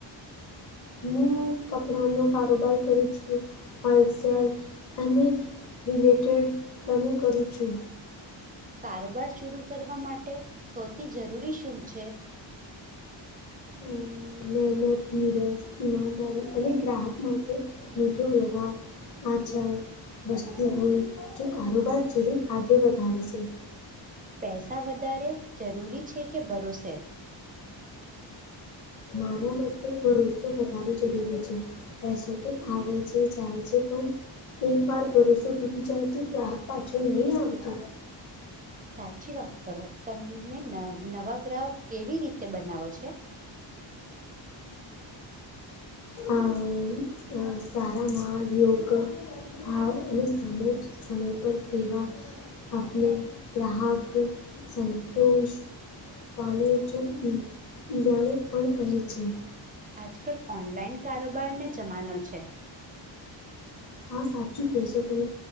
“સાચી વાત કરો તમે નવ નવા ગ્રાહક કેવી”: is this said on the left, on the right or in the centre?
Right